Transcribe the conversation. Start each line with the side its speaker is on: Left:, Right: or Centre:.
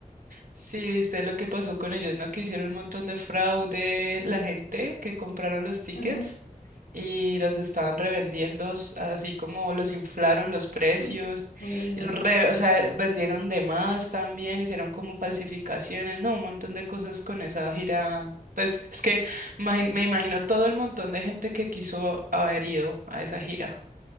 Right: sí, viste lo que pasó con ellos, ¿no? Que hicieron un montón de fraude la gente que compraron los tickets
Left: Ajá.
Right: y los estaban revendiendo, s- así como los inflaron los precios,
Left: <clears throat> Uy, no.
Right: y los re- o sea, vendieron de más también, hicieron como falsificaciones, ¿no? Un montón de cosas con esa gira. Pues es que imagi- me imagino todo el montón de gente que quiso haber ido a esa gira.